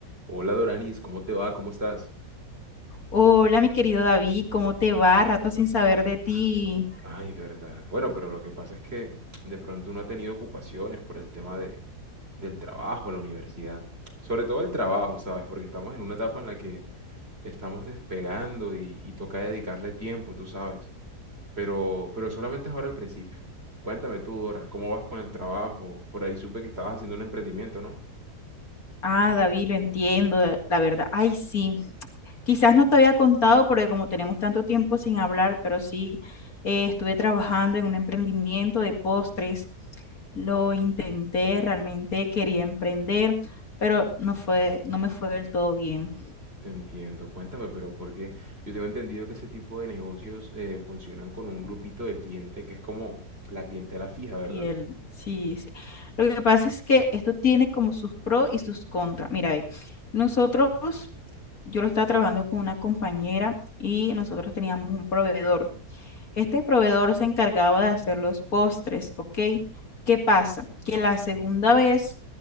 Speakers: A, on the right; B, on the left.
A: Hola Doranis, ¿cómo te va? ¿Cómo estás?
B: Hola, mi querido David, ¿cómo te va? Rato sin saber de ti.
A: Ay, verdad. Bueno, pero lo que pasa es que de pronto uno ha tenido ocupaciones por el tema de, del trabajo, la universidad. Sobre todo el trabajo, ¿sabes? Porque estamos en una etapa en la que estamos despegando y, y toca dedicarle tiempo, tú sabes. Pero, pero solamente es ahora el principio. Cuéntame tú, Dora, ¿cómo vas con el trabajo? Por ahí supe que estabas haciendo un emprendimiento, ¿no?
B: Ah, David, lo entiendo, eh, la verdad. Ay, sí. Quizás no te había contado porque como tenemos tanto tiempo sin hablar, pero sí, eh, estuve trabajando en un emprendimiento de postres. Lo intenté, realmente quería emprender, pero no fue, no me fue del todo bien.
A: Entiendo, cuéntame, pero porque yo tengo entendido que ese tipo de negocios eh, funcionan con un grupito de cliente que es como la clientela fija, ¿verdad?
B: Fiel, sí, sí. Lo que pasa es que esto tiene como sus pros y sus contras. Mira, ve, nosotros, yo lo estaba trabajando con una compañera y nosotros teníamos un proveedor. Este proveedor se encargaba de hacer los postres, ¿ok? ¿Qué pasa? Que la segunda vez